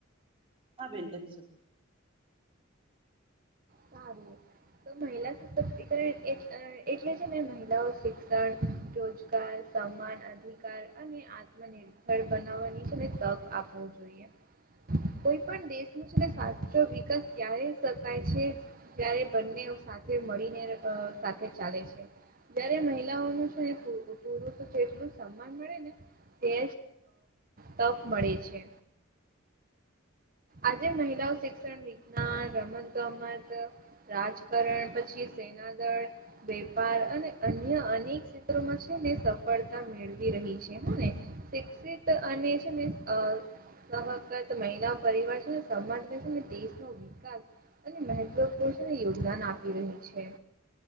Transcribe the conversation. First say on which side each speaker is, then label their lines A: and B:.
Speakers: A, on the right; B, on the right.
A: હા બેલ કરી શકો.
B: સારું તો મહિલા સ સક્તિકરણ. એટલે જ મેને મહિલાઓ શિક્ષણ રોજગાર સન્માન અધિકાર અને આત્મ. નિર્ભર બનાવવાની છે ને તક આપવો જોઈએ. કોઈ પણ દેશ ન છે સાચો વિકાસ ક્યારે શકાય છે. ત્યારે બંને સાથે મળીને સાથે ચાલે છે. જયારે મહિલાઓનું છે ને પુરુષો એટલું જ સન્માન મળે ને. તે તક મળે છે. આજે મહિલાઓ શિક્ષણ વિજ્ઞાન રમત ગમત. રાજકારણ પછી સેના દળ. વેપાર અને અન્ય અનેક ક્ષેત્રોમાં છે ને સફળતા મેળવી રહી છે હને. શિક્ષિત અન છે મ સહકત મહિલા. પરિિવર છે સમાજ રહે છે ને દેશનોો વિકાસ. અને મહત્વપૂર્ષણ યોગદાન આપી રહી છે.